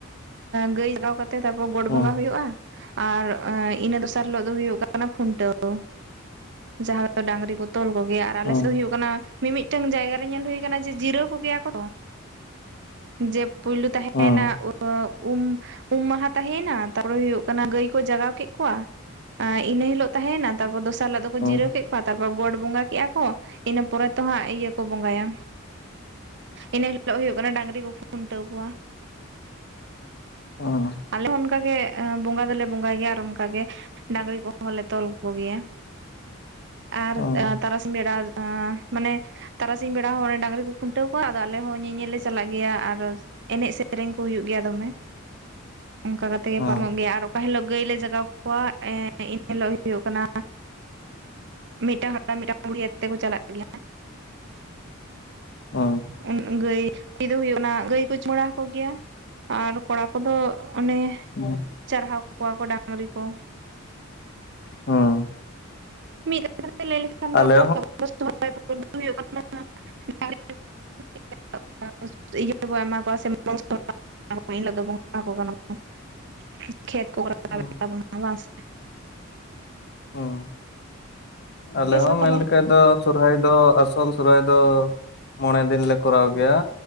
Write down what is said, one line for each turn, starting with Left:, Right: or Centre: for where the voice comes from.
Right: ᱜᱟᱹᱭ ᱞᱟᱜᱟᱣ ᱠᱟᱛᱮᱜ ᱛᱟᱯᱚᱨ ᱜᱚᱰ
Left: ᱦᱩᱸ
Right: ᱵᱚᱸᱜᱟ ᱦᱳᱭᱚᱜᱼᱟ ᱟᱨ ᱤᱱᱟᱹ ᱫᱚᱥᱟᱨ ᱦᱤᱞᱳ ᱫᱚ ᱦᱩᱭᱩᱜ ᱠᱟᱱᱟ ᱠᱷᱩᱱᱴᱟᱹᱣ ᱡᱟᱦᱟᱸ ᱫᱚ ᱰᱟᱝᱨᱤ ᱠᱚ ᱛᱚᱞ ᱠᱚ ᱜᱮᱭᱟ ᱟᱨ ᱟᱞᱮ
Left: ᱦᱩᱸ
Right: ᱥᱮᱫ ᱫᱚ ᱦᱩᱭᱩᱜ ᱠᱟᱱᱟ ᱢᱤᱢᱤᱫᱴᱟᱝ ᱡᱟᱭᱜᱟ ᱨᱮ ᱧᱮᱞ ᱦᱩᱭ ᱟᱠᱟᱱᱟ ᱡᱮ ᱡᱤᱨᱟᱹᱣ ᱠᱚ ᱜᱮᱭᱟ ᱠᱚ <unintelligible> ᱯᱩᱭᱞᱩ ᱛᱟᱦᱮᱭᱱᱟ
Left: ᱦᱩᱸ
Right: <unintelligible> ᱩᱢ ᱩᱢ ᱢᱟᱦᱟ ᱛᱟᱸᱦᱮᱭᱱᱟ ᱛᱟᱨᱯᱚᱨᱮ ᱦᱩᱭᱩᱜ ᱠᱟᱱᱟ ᱜᱟᱹᱭ ᱠᱚ ᱡᱟᱜᱟᱣ ᱠᱮᱫ ᱠᱚᱣᱟ ᱮ ᱤᱱᱟᱹ ᱦᱤᱞᱳᱜ ᱛᱟᱦᱮᱱᱟ ᱛᱟᱨᱯᱚᱨ ᱫᱚᱥᱟᱨ ᱦᱤᱞᱳᱜ ᱫᱚᱠᱚ
Left: ᱦᱩᱸ
Right: ᱡᱤᱨᱟᱹᱣ ᱠᱮᱫ ᱛᱟᱨᱯᱚᱨᱮ ᱜᱚᱰ ᱵᱚᱸᱜᱟ ᱠᱮᱜᱼᱟ ᱠᱚ ᱤᱱᱟᱹ ᱯᱚᱨᱮ ᱫᱚ ᱦᱟᱸᱜ ᱤᱭᱟᱹ ᱠᱚ ᱵᱚᱸᱜᱟᱭᱟ ᱤᱱᱟᱹ ᱦᱤᱞᱳᱜ ᱦᱩᱭᱩᱜ ᱠᱟᱱᱟ ᱰᱟᱝᱨᱤ ᱠᱚ ᱠᱷᱩᱱᱴᱟᱹᱣ ᱠᱚᱣᱟ
Left: ᱚᱻ
Right: ᱟᱞᱮ ᱦᱚᱸ ᱚᱱᱠᱟ ᱜᱮ ᱵᱚᱸᱜᱟ ᱫᱚᱞᱮ ᱵᱚᱸᱜᱟᱭ ᱜᱮᱭᱟ ᱟᱨ ᱚᱱᱠᱟ ᱜᱮ ᱰᱟᱝᱨᱤ ᱠᱚᱦᱚᱸᱞᱮ ᱛᱚᱞ ᱠᱚ ᱜᱮᱭᱟ ᱟᱨ
Left: ᱦᱩᱸ
Right: ᱛᱟᱨᱥᱤᱧ ᱵᱮᱲᱟ ᱢᱟᱱᱮ, ᱼᱼ ᱛᱟᱨᱟᱥᱤᱧ ᱵᱮᱲᱟ ᱦᱚᱸ ᱚᱸᱰᱮ ᱰᱟᱝᱨᱤ ᱠᱚ ᱠᱷᱩᱱᱴᱟᱹᱣ ᱠᱚᱣᱟ ᱟᱫᱚ ᱟᱞᱮ ᱦᱚᱸ ᱧᱮᱧᱮᱞ ᱞᱮ ᱪᱟᱞᱟᱜ ᱜᱮᱭᱟ ᱟᱨ ᱮᱱᱮᱡ ᱥᱮᱨᱮᱧ ᱠᱚ ᱦᱩᱭᱩᱜ ᱜᱮᱭᱟ ᱫᱚᱢᱮ ᱚᱱᱠᱟ ᱠᱟᱛᱮᱜ
Left: ᱦᱩᱸ
Right: ᱜᱮ ᱯᱟᱨᱚᱢᱚᱜ ᱜᱮᱭᱟ ᱟᱨ ᱚᱠᱟ ᱦᱤᱞᱳᱜ ᱜᱟᱹᱭᱞᱮ ᱡᱟᱜᱟᱣ ᱠᱚᱣᱟ ᱮᱱ ᱦᱤᱞᱳᱜ ᱦᱩᱭᱩᱜ ᱠᱟᱱᱟ ᱢᱤᱫᱴᱟᱝ <unintelligible> ᱢᱤᱫᱴᱟᱝ ᱟᱛᱮ ᱠᱚ ᱪᱟᱞᱟᱜ ᱜᱮᱭᱟ
Left: ᱚ
Right: ᱚᱱ ᱚᱱ ᱜᱟᱹᱭ ᱠᱩᱲᱤ ᱫᱚ ᱦᱩᱭᱩᱜ ᱠᱟᱱᱟ ᱜᱟᱹᱭ ᱠᱚ ᱪᱩᱢᱟᱹᱲᱟ ᱦᱟᱠᱚ ᱜᱮᱭᱟ ᱟᱨ ᱠᱚᱲᱟ ᱠᱚᱫᱚ ᱚᱱᱮ
Left: ᱦᱩᱸ
Right: ᱪᱟᱨᱦᱟᱣ ᱠᱚᱣᱟ ᱠᱚ ᱰᱟᱝᱨᱤ ᱠᱚ᱾
Left: ᱦᱚᱸ᱾
Right: <unintelligible>
Left: ᱟᱞᱮ
Right: <unintelligible> <unintelligible>
Left: ᱦᱩᱸ ᱚ᱾ ᱟᱞᱮᱦᱚᱸ
Right: ᱟᱯᱮ ᱥᱮᱫ ᱫᱚ ᱛᱟᱦᱚᱞᱮ
Left: ᱢᱮᱱᱞᱠᱷᱟᱡ ᱫᱚ ᱥᱚᱨᱦᱟᱭ ᱫᱚ ᱟᱥᱚᱞ ᱥᱚᱨᱦᱟᱭ ᱫᱚ ᱢᱚᱬᱮ ᱫᱤᱱ ᱞᱮ ᱠᱚᱨᱟᱣ ᱜᱮᱭᱟ